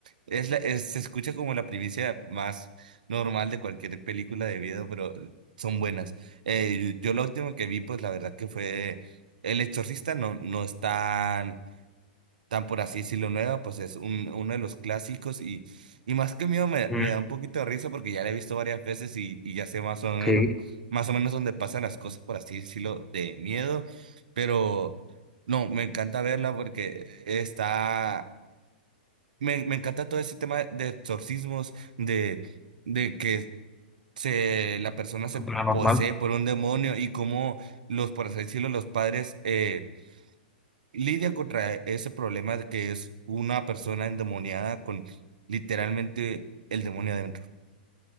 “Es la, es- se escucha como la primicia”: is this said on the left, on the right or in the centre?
Right